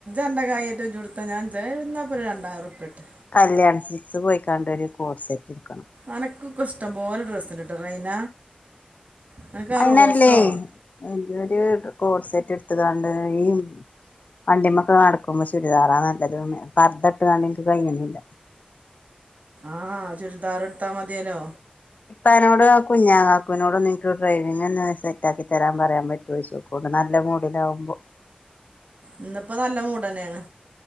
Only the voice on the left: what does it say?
കല്യാണ സിക്സ് പോയിക്കാണ്ട് ഒരു കോഡ് സെറ്റ് എക്കണം
അയിനല്ലേ
എ ഒരു കോട് സെറ്റ് എടുത്തതണ്ട് ഈ വണ്ടിമൊക്കെ നടക്കുമ്പോ ചുരിദാറാ നല്ലത് പർുദ ഇട്ട് കണ്ടിക്ക് കഴിയുന്നില്ല
ഇപ്പ അയിനോട് അ കുഞ്ഞാംകാക്കുനോട് ഒന്ന് എനിക്ക് ഡ്രൈവിംങെന്ന് സെറ്റാക്കി തെരാം പറയാം പറ്റോയ്ച്ചു മൂഡ് നല്ല മൂടിലാവുമ്പോ